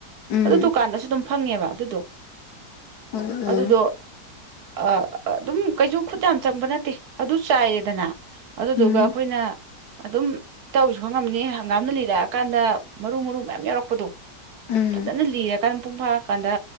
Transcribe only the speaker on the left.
ꯎꯝ
ꯎꯝ ꯎꯝ
ꯎꯝ
ꯎꯝ